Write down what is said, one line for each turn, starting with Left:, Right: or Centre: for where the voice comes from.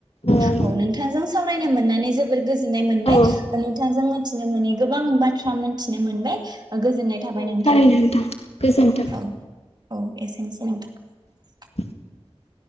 Left: ओ
Right: औ नोंथांजों सावरायनो मोननानै जोबोर गोजोननाय मोनबाय
Left: औ
Right: नोंथांजों मिथिनो मोनै गोबां बाथ्रा मोनथिनो मोनबाय। गोजोननाय
Left: औ
Right: थाबाय नोंथां
Left: थारैनो नोंथां गोजोन्थों
Right: औ औ एसेनोसै। औ नोंथां।
Left: <inaudible>